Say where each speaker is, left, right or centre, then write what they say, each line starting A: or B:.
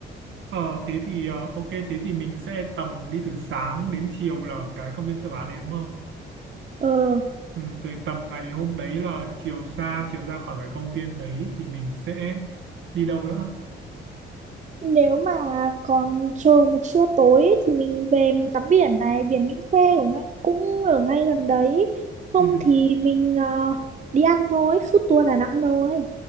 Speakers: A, on the right; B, on the right.
A: ờ, thế thì ờ, ok thế thì mình sẽ tầm đi từ sáng đến chiều là ở cái công viên châu Á đấy đúng không
B: ờ
A: Ừ, rồi tầm ngày hôm đấy là chiều ra chiều ra khỏi cái công viên đấy thì mình sẽ đi đâu nữa
B: nếu mà còn trời mà chưa tối ấy, thì mình về mình tắm biển này biển Mỹ Khê cũng ngay, cũng ở ngay gần đấy không
A: ừ,
B: thì mình ờ, đi ăn thôi food tour Đà Nẵng thôi